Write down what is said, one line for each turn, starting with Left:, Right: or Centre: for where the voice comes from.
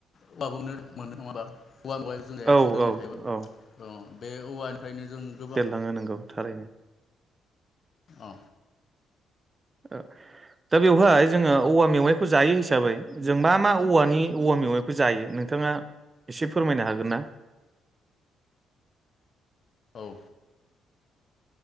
Left: औवा मोनो नङा होनबा औवा मेवाया जों जायालासिनो
Right: औ-औ-औ-औ
Left: दोनबाय थायोबा औ बे औवानिफ्रायनो जों गोबां
Right: देरलाङो नोंगौ थारैनो।
Left: औ।
Right: ओ दा बेवहाय जोङो औवा मेवाइखौ जायो हिसाबै जों मा मा औवानि औवा मेवाइखौ जायो नोंथाङा एसे फोरमायनो हागोन ना?
Left: औ